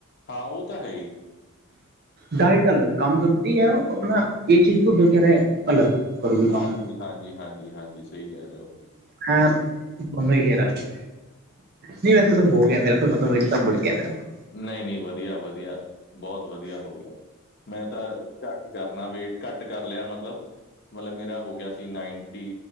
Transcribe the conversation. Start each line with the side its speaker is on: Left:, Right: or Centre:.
Left: ਹਾਂ ਉਹ ਤਾਂ ਹੈ ਹੀ।
Right: ਡਾਇਟ ਅਲੱਗ ਕੰਮ ਕਰਤੀ ਹੈ ਆਪਣਾ, ਇਹ ਚੀਜ਼ ਤ ਡੇ ਕੇ ਰਹਿ ਅਲੱਗ, ਕਰੂਗੇ ਕੰਮ।
Left: ਹਾਂਜੀ, ਹਾਂਜੀ - ਹਾਂਜੀ, ਹਾਂਜੀ! ਸਹੀ ਕਹਿ ਰਹੇ ਓ।
Right: ਐਪ <unintelligible> ਨਈ, ਵੈਸੇ ਤੇ ਹੋ ਗਿਐ ਮੇਰਾ, ਥੋੜਾ ਵੇਟ ਬੜ ਗਿਆ ਮੇਰਾ। <unintelligible>
Left: ਨਹੀਂ - ਨਹੀਂ, ਵਧੀਆ -ਵਧੀਆ, ਬਹੁਤ ਵਧੀਆ ਹੋ ਗਿਐ। ਮੈਂ ਤਾਂ ਘੱਟ ਕਰਨਾ ਵੇਟ ਘੱਟ ਕਰ ਲਿਆ ਮਤਲਬ, ਮਤਲਬ ਮੇਰਾ ਹੋ ਗਿਆ ਸੀ ਨਾਈਨਟੀ